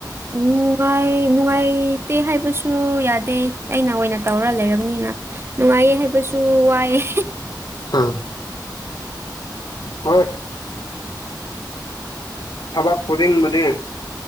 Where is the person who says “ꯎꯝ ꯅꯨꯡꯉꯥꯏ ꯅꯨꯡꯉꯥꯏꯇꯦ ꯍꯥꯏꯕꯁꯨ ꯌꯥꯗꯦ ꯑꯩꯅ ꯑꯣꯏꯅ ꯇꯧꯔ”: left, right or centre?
Right